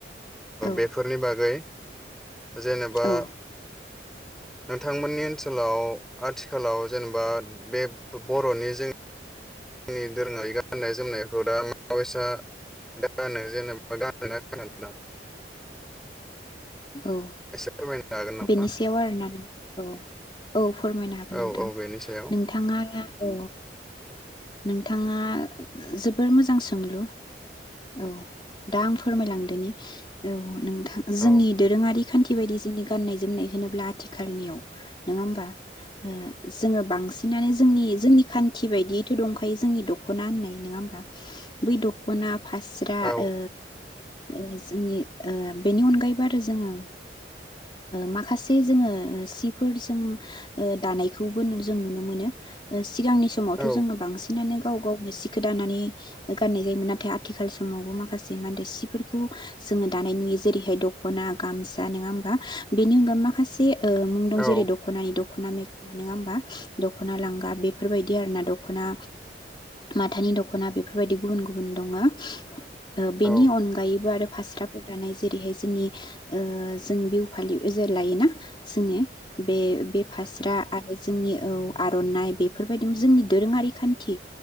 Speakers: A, on the left; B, in the centre.
A: औ
B: बेफोरनि बागै जेनेबा
A: औ
B: नोंथांमोननि ओनसोलाव आथिखालाव जेनेबा बे बर'नि जों आंनि दोरोङै गाननाय जोमनायखौ दा मायसा गानो जेनेबा गानोना गाना
A: औ
B: एसे फोरमायनो हागोन नामा
A: बेनि सायाव आरोना नोंथां? औ औ फोरमायनो हागोन नोंथां
B: औ औ बेनि सायाव
A: नोंथाङा औ नोंथाङा जोबोर मोजां सोंलु औ दा आं फोरमायलांदों। नि औ नोंथां जोंनि
B: औ
A: दोरोङारि खान्थि बायदि जोंनि गाननाय जोमनाय होनोब्ला आथिखालनियाव नङा होमबा? जोङो बांसिनानो जोंनि जोंनि खानथि खानथि बायदियैथ' दंखायो जोंनि दख'ना होननाय नङा होमबा? बै दखना फास्रा
B: औ
A: ओ जोंनि बेनि अनगायैबो आरो जोङो माखासे जोङो सिफोरजों दानायखौबो जों नुनो मोनो सिगांनि समावथ'
B: औ
A: जोङो बांसिनानो गाव गावनो सिखौ दानानै गाननाय जायोमोन नाथाय आथिखाल समावबो माखासे मा होनदो सिफोरखौ जोङो दानाय नुयो जेरैहाय दख'ना गामसा नङा होमबा? बेनि अनगा माखासे मुं दं
B: औ
A: जेरै दख'नानि दख'ना मे नङा होमबा दखना? दख'ना लांगा बेफोरबायदि आरो ना द दखना माथानि दख'ना बेफोरबायदि गुबुन गुबुन दङ ओ बेनि
B: औ औ
A: अनगायैबो आरो फास्राफोर दानाय जेरैहाय जोंनि ओ जों बे फालि <unintelligible> लायोना? जोङो बे बे फास्रा आरो जोंनि औ आर'नाइ बेफोरबायदि जोंनि दोरोङारि खान्थि